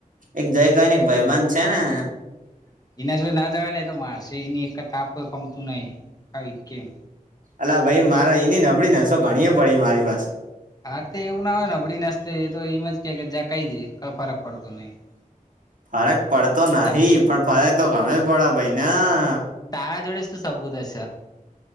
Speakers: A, on the right; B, on the left.
A: એક જઈ કઈને એક ભાઈબંધ છે ને
B: એના જો ના જવાય લ તો મારશે એની એક તાપ કોઈ કમતું નહી. આવી કેમ
A: અલા ભાઈ મારો એની નબળી નસો ઘણીએ પડી મારી પાસે.
B: હા તો એવું ના હોય ને અબડી નાસ્તે એ તો એમ જ કે કે જ કઈ જાય કઈ ફરક પડતો નહી.
A: ફરક પડતો નહી
B: સબૂત
A: પણ ફરક તો ગમે પડે ભાઈ ના.
B: તારા જોડે શું સબૂત હશે.